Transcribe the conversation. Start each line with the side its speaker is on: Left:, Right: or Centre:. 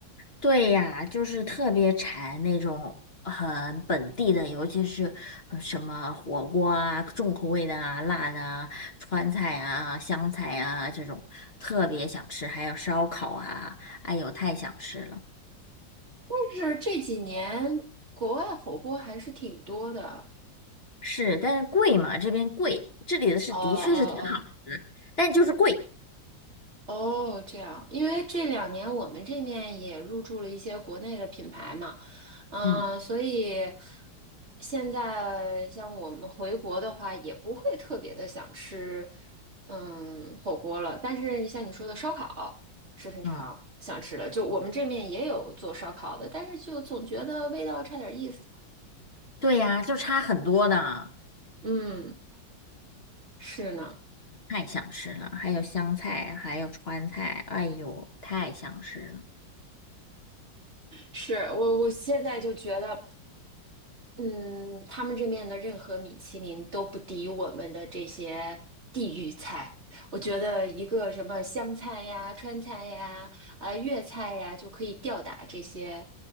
Left: 对呀，就是特别馋那种很本地的，尤其是呃什么火锅啊、重口味的啊、辣的啊、川菜啊、湘菜啊这种，特别想吃。还有烧烤啊，哎呦，太想吃了。
Right: 但是这几年国外火锅还是挺多的。
Left: 是，但是贵嘛，这边贵，这里的是的确是挺好吃，
Right: 哦哦哦
Left: 但就是贵。
Right: 哦，这样，因为这两年我们这面也入驻了一些国内的品牌嘛，嗯，
Left: 嗯
Right: 所以现在像我们回国的话，也不会特别的想吃，嗯，火锅了。但是像你说的烧烤是非常想吃的，
Left: 嗯，
Right: 就我们这面也有做烧烤的，但是就总觉得味道差点意思。
Left: 对呀，就差很多的，
Right: 嗯，是呢，
Left: 太想吃了。还有湘菜，还有川菜，哎呦，太想吃了。
Right: 是我我现在就觉得。嗯，他们这面的任何米其林都不敌我们的这些地域菜。我觉得一个什么湘菜呀、川菜呀、啊粤菜呀，就可以吊打这些